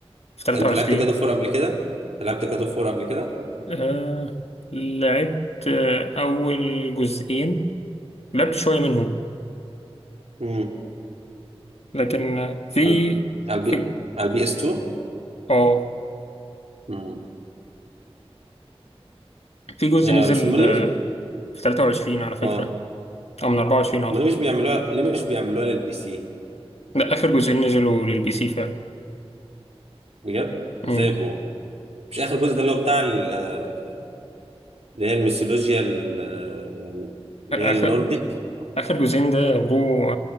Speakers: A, on the left; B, on the right.
A: في 23
B: أنت لعبت جاد اوف وور قبل كده؟ لعبت جاد اوف وور قبل كده؟
A: آه لعبت آه اول جزئين لعبت شوية منهم
B: امم
A: لكن آه، في
B: على على البي
A: في
B: على البي اس 2
A: اه
B: امم
A: في جزء
B: يا
A: نزل
B: بس أمال
A: آه،
B: ليه مش
A: في 23 على فكرة
B: آه
A: او من 24 اعتقد
B: أمال ليه مش بيعملوها ليه مش بيعملوها للبي سي؟
A: ده اخر جزئين نزلوا للبي سي فعلا
B: بجد؟
A: امم
B: إزاي يا برو؟ مش آخر جزء ده اللي هو بتاع ال- آه، اللي هي الميثولوجيا ال- آه، اللي هي النورديك
A: آخر آخر جزئين ده برو